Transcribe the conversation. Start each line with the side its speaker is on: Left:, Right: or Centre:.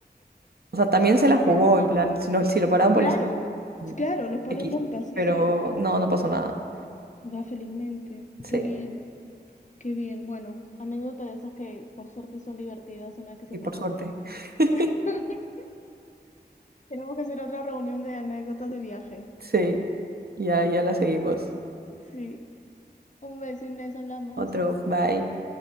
Right: O sea, también se la jugó,
Left: ¿Qué ponen?
Right: en plan, si, no, si lo paraba un
Left: Claro,
Right: policía, mm,
Left: claro, los ponen
Right: X.
Left: multas. sí,
Right: Pero
Left: sí.
Right: no, no pasó nada.
Left: Va felizmente.
Right: Sí,
Left: Qué bien, qué bien. Bueno, anécdotas de esas que por suerte son divertidas una vez que se
Right: y
Left: pueden
Right: por
Left: contar.
Right: suerte. <laughs>
Left: <laughs> Tenemos que hacer otra reunión de anécdotas de viaje.
Right: Sí, y ahí ya la seguimos.
Left: Sí. Un beso, Inés, hablamos.
Right: Otro, bye.